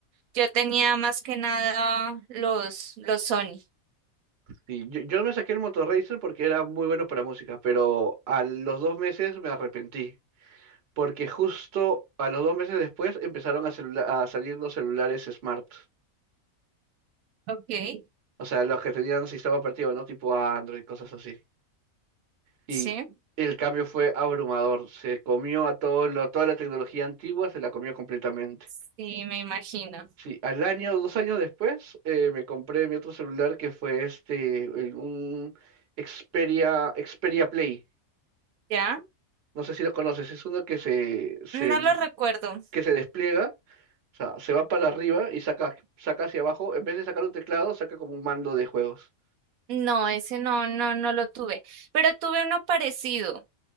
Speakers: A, on the right (about 85°); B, on the right (about 55°).
A: yo tenía más que nada los, los Sony.
B: sí, yo, yo me saqué el Motorracer porque era muy bueno para música, pero a los dos meses me arrepentí. porque justo a los dos meses después empezaron a, celula- a salir los celulares smart,
A: Ok,
B: o sea, los que tenían sistema operativo, ¿no? Tipo Android, cosas así. Y
A: sí,
B: el cambio fue abrumador, se comió a todo lo, toda la tecnología antigua, se la comió completamente.
A: sí, me imagino.
B: Sí, al año, dos años después, eh, me compré mi otro celular que fue este, el- un Xperia, Xperia Play.
A: ¿Ya?
B: No sé si lo conoces, es uno que se, se
A: No lo recuerdo.
B: que se despliega, o sea, se va para arriba y saca, saca hacia abajo, en vez de sacar un teclado, saca como un mando de juegos.
A: No, ese no, no, no lo tuve. Pero tuve uno parecido.